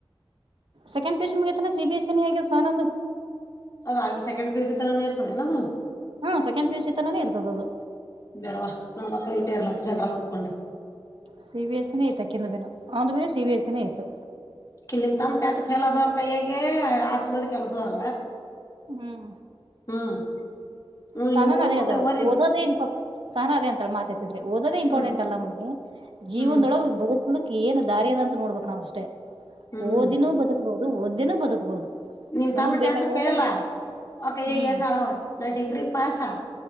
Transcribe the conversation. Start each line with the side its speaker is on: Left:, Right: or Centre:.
Right: ಸೆಕೆಂಡ್ ಪಸಿಷನ್ ಮುಖೇತನ ಸಿಬಿಎಸ್ಇನ ಹಕಲ್ ಸ ಆನಂದ್
Left: ಅದ್ ಸೆಕೆ್ ಪೇಸಸ್ ತರನೇ ಇರ್ತದೆ ನದುವು
Right: ಹಾ ಸೆಕೆಂಡ್ ಪಿ ಯು ಸಿ ತನಾನೇ ಇರ್ತದ ಅದು
Left: ಬಡವಾ ನ ಮಕ್ಕಳ ಎಟ ಎರಡು ಲಕ್ಷ ಜನರ ನೋಡ್ಕೊಂಡೆ
Right: ಸಿಬಿಎಸ್ಸಿನೇ ಇಯ್ತಕಂದು ಬೀನು ಆಂದು ಮೇನು ಸಿಬಎಸ್ಸಿನೇ ಇಯತು
Left: ಕಲ್ಲಿಂದ ತಂದ ಟೆಂತ್ ಫೇಲ್ ಆದದವ್ರ ಕೈಯೇ ಆಸ್ ಮದಿ ಕೆಲ್ಸದವ್ರ
Right: ಹ್ಮ್
Left: ಹ್ಮ್ ಹ್ಮ್
Right: ಸನಾನ
Left: ಊರ್ದ
Right: ಅದೇ ಹದ
Left: ಓದಿ
Right: ಓದೋದೇ ಇಪ ಸನ ಅದೇ ಅಂತ ಮಾತೇತಿ ಓದೇ
Left: ಹ್ಮ್
Right: ಇಂಪಾರ್ಟೆಂಟ್ ಅಲ್ಲ ಮಮ್ಮಿ ಜೀವನ್ದೊಳ
Left: ಹ್ಮ್
Right: ಬದು ಲಕ್ ಏನು ದಾರಿಿಯದ ಅಂತ ನೋಡ್ಬಕ್ ನಾವ್ ಅಷ್ಟೇ
Left: ಹ್ಮ್
Right: ಓದಿನೂ ಬದುಕ್ಬಹುದು ಓದ್ದಿನೂ ಬದುಕ್ಬಹುದು
Left: ನಿಮ್ ತಮ್ಮ
Right: ನಮಗ್
Left: ಟೆಂತ್
Right: ಬೇಕಾಗಿರೋದು
Left: ಫೇಲ್ ಅವ್ರ ಕೈಗ್
Right: ಹ್ಮ್
Left: ಎಸ ಆಡವ ನ ಡಿಗ್ರಿ ಪಾಸ